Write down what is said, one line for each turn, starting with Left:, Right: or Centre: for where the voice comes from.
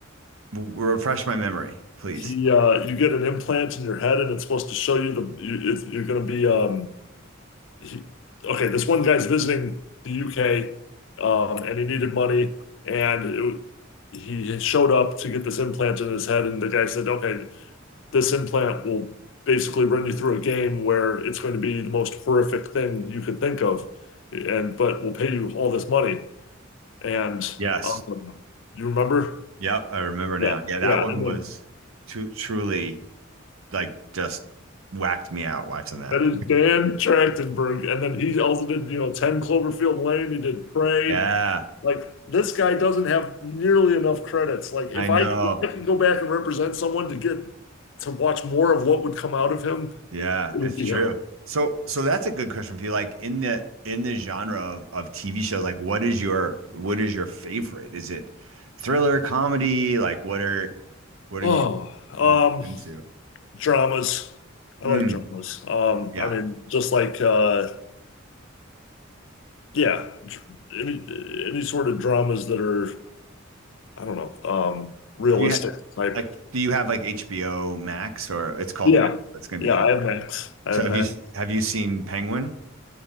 Right: W- refresh my memory, please.
Left: He uh you get an implant in your head and it's supposed to show you the you, it's, you're going to be um he, okay, this one guy's visiting the UK, um, and he needed money, and it, he showed up to get this implant in his head, and the guy said, "Okay, this implant will basically run you through a game where it's going to be the most horrific thing you could think of, and but we'll pay you all this money." And
Right: Yes.
Left: um, you remember?
Right: Yep, I remember
Left: Yeah,
Right: now. Yeah, that
Left: yeah,
Right: one
Left: and then.
Right: was tru- truly like just whacked me out watching that.
Left: That is Dan Trachtenberg. And then he also did, you know, 10 Cloverfield Lane. He did Prey.
Right: Yeah,
Left: Like this guy doesn't have nearly enough credits. Like if
Right: I
Left: I,
Right: know.
Left: if I could go back and represent someone to get to watch more of what would come out of him,
Right: Yeah,
Left: it
Right: it's
Left: would be
Right: true.
Left: him.
Right: So so that's a good question for you. Like in the in the genre of, of TV shows, like what is your what is your favorite? Is it thriller, comedy? Like what are what
Left: Oh,
Right: are you most into?
Left: um, dramas. I
Right: Mm,
Left: like dramas. Um,
Right: yeah.
Left: I mean, just like uh, yeah, dr- any any sort of dramas that are I don't know, um, realistic
Right: Do you have
Left: type.
Right: like do you have like HBO Max or it's called
Left: Yeah,
Right: Max, but it's gonna
Left: yeah.
Right: be called.
Left: I have Max. I
Right: So
Left: have
Right: have
Left: Max.
Right: you have you seen Penguin?